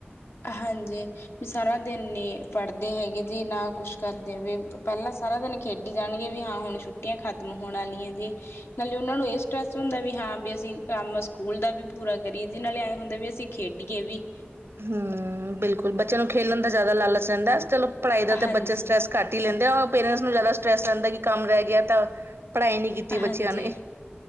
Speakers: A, on the left (about 80°); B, on the right (about 85°).
A: ਹਾਂਜੀ, ਵੀ ਸਾਰਾ ਦਿਨ ਨੀ ਪੜ੍ਹਦੇ ਹੈਗੇ ਜੀ, ਨਾ ਕੁਛ ਕਰਦੇ ਵੀ ਪਹਿਲਾਂ ਸਾਰਾ ਦਿਨ ਖੇਡੀ ਜਾਣਗੇ, ਵੀ ਹਾਂ ਹੁਣ ਛੁੱਟੀਆਂ ਖਤਮ ਹੋਣ ਵਾਲੀਆਂ, ਜੇ ਨਾਲੇ ਉਹਨਾ ਨੂੰ ਇਹ ਸਟਰੈਸ ਹੁੰਦਾ ਵੀ ਹ ਹਾਂ, ਵੀ ਅਸੀਂ ਕੰਮ ਸਕੂਲ ਦਾ ਵੀ ਪੂਰਾ ਕਰੀਏ, ਜੀ ਨਾਲੇ ਐਂ ਹੁੰਦਾ ਵੀ ਅਸੀਂ ਖੇਡੀਏ ਵੀ
B: ਹਮ ਬਿਲਕੁਲ ਬੱਚਿਆਂ ਨੂੰ ਖੇਲਣ ਦਾ ਜ਼ਿਆਦਾ ਲਾਲਚ ਰਹਿੰਦਾ, ਚਲੋ ਪੜ੍ਹਾਈ ਦਾ ਤਾਂ
A: ਹਾਂਜੀ
B: ਬੱਚੇ ਸਟਰ੍ਰੈਸ ਘੱਟ ਹੀ ਲੈਂਦੇ ਪੇਰੈਂਟਸ ਨੂੰ ਜ਼ਿਆਦਾ ਸਟਰੈਸ ਰਹਿੰਦਾ ਕਿ ਕੰਮ ਰਹਿ ਗਿਆ ਤਾਂ ਪੜ੍ਹਾਈ ਨਹੀਂ ਕੀਤੀ
A: ਹਾਂਜੀ
B: ਬੱਚਿਆਂ ਨੇ